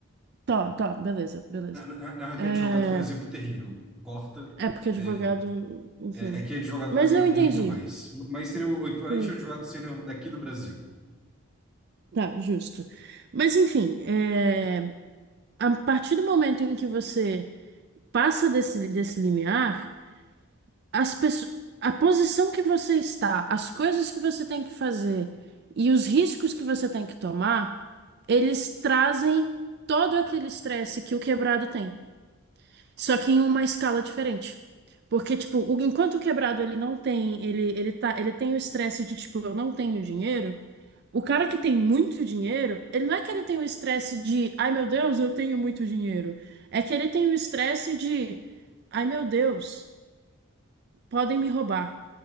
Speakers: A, on the right; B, in the centre.
A: Tá, tá, beleza, beleza.
B: Na, na, na real
A: É,
B: que é advogado foi um exemplo terrível. Corta.
A: é porque advogado,
B: É,
A: enfim.
B: é, é que advogado
A: Mas
B: lá ganha
A: eu
B: muito
A: entendi.
B: mais. Mas seria o equivalente
A: Sim.
B: ao advogado sênior daqui do Brasil.
A: Tá, justo. Mas enfim, é, a partir do momento em que você passa desse, desse limiar, as pessoas, a posição que você está, as coisas que você tem que fazer e os riscos que você tem que tomar, eles trazem todo aquele estresse que o quebrado tem. Só que em uma escala diferente. Porque, tipo, o- enquanto o quebrado ele não tem, ele, ele tá, ele tem o estresse de, tipo, eu não tenho dinheiro, o cara que tem muito dinheiro, ele não é que ele tem o estresse de, ai meu Deus, eu tenho muito dinheiro. É que ele tem o estresse de, ai meu Deus podem me roubar.